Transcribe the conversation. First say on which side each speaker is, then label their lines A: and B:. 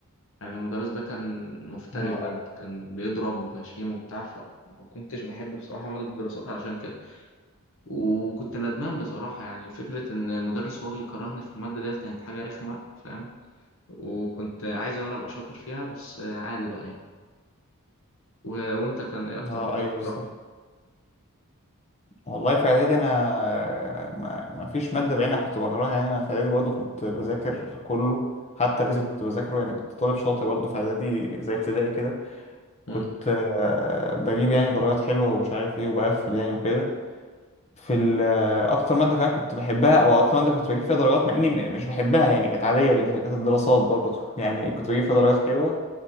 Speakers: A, on the left; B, on the left.
A: يعني المدرس ده كان مفتري
B: مم.
A: بجد كان بيضرب وغشيم وبتاع فما كنتش بحب بصراحة مادة الدراسات علشان كده وكنت ندمان بصراحة يعني فكرة إن المدرس هو اللي كرهني في المادة ديت كانت حاجة رخمة فاهم وكنت عايز إن أنا أبقى شاطر فيها بس عادي بقى يعني و... وأنت كان إيه أكتر
B: اه
A: مادة
B: ايوه
A: بتكرهها؟
B: بالظبط والله في اعدادي انا ما ما فيش ماده بعينها كنت بكرهها يعني انا في اعدادي برضو كنت بذاكر كله حتى الريتم كنت بذاكره يعني كنت طالب شاطر برضو في اعدادي زي ابتدائي كده كنت
A: مم.
B: آه، بجيب يعني درجات حلوه ومش عارف ايه وبقفل يعني وكده في ال- آه، اكتر ماده كمان كنت بحبها او اكتر ماده كنت بجيب فيها درجات مع اني م- مش بحبها يعني كانت عاديه بالنسبه لي كانت الدراسات برضو يعني كنت بجيب فيها درجات حلوه